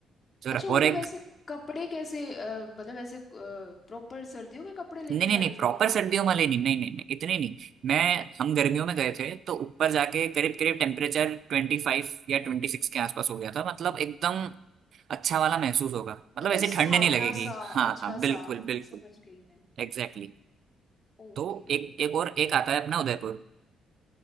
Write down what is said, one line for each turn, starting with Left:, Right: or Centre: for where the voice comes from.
Right: तो
Left: अच्छा मतलब
Right: और एक
Left: ऐसे कपड़े कैसे अ, मतलब ऐसे प्रॉपर सर्दियों के कपड़े लेके
Right: नहीं नहीं
Left: जाने
Right: नहीं
Left: चाहिए
Right: प्रॉपर
Left: वहाँ
Right: सर्दियों
Left: पे
Right: वाले नहीं नहीं नहीं नहीं इतने नहीं मैं हम गर्मियों में गए थे तो ऊपर जाके करीब करीब टेम्परेचर ट्वेंटी फाइव या ट्वेंटी सिक्स के आसपास हो गया था मतलब एकदम अच्छा वाला महसूस होगा मतलब
Left: मतलब
Right: ऐसी
Left: सुहावना
Right: ठंड नहीं लगेगी
Left: सा
Right: हाँ
Left: अच्छा
Right: हाँ बिल्कुल
Left: सा हाँ
Right: बिल्कुल
Left: समझ गई मैं
Right: एग्जैक्टली
Left: ओके
Right: तो एक एक और एक आता है अपना उदयपुर